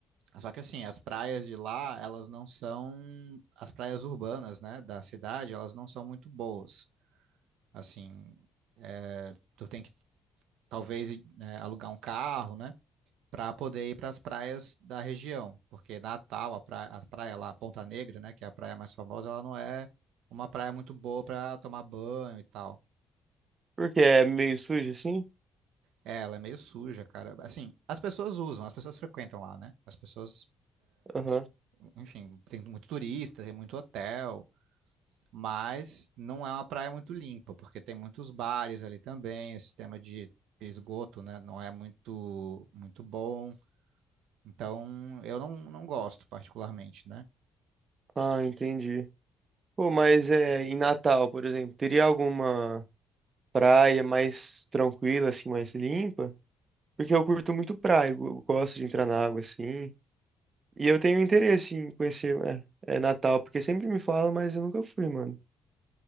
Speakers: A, on the right; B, on the right.
A: só que assim, as praias de lá, elas não são, as praias urbanas, né, da cidade, elas não são muito boas. Assim, é, tu tem que talvez né, alugar um carro, né? Para poder ir para as praias da região, porque Natal, a praia, a praia lá, Ponta Negra, né? Que é a praia mais famosa, ela não é uma praia muito boa para tomar banho e tal.
B: Porque é meio sujo assim?
A: É, ela é meio suja, cara. Assim, as pessoas usam, as pessoas frequentam lá, né? As pessoas,
B: Aham.
A: enfim, tem muito turista, tem muito hotel. mas não é uma praia muito limpa, porque tem muitos bares ali também, o sistema de esgoto, né, não é muito muito bom. Então, eu não, não gosto particularmente, né?
B: Ah, entendi. Pô, mas é, em Natal, por exemplo, teria alguma praia mais tranquila, assim, mais limpa? Porque eu curto muito praia, eu eu gosto de entrar na água, assim. E eu tenho interesse em conhecer é, é, Natal, porque sempre me falam, mas eu nunca fui, mano.